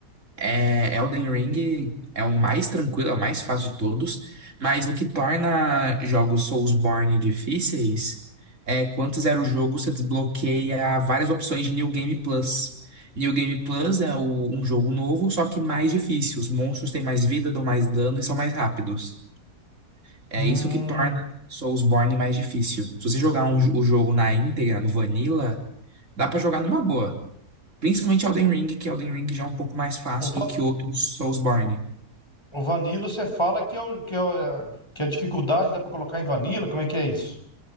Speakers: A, on the right; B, on the left.
A: É, Elden Ring é o mais tranquilo, é o mais fácil de todos, mas o que torna jogos Soulsborne difíceis é quando você zera o jogo, você desbloqueia várias opções de New Game Plus. New Game Plus é o- um jogo novo, só que mais difícil. Os monstros têm mais vida, dão mais dano e são mais rápidos. É
B: Hum,
A: isso que torna Soulsborne mais difícil. Se você jogar um jo- o jogo na íntegra, no Vanilla, dá pra jogar numa boa. Principalmente Elden Ring, que Elden Ring já é um pouco mais fácil
B: o, va-
A: do que outros Soulsborne.
B: o Vanilla, você fala que é, o, que, é o- que a dificuldade dá pra colocar em Vanilla? Como é que é isso?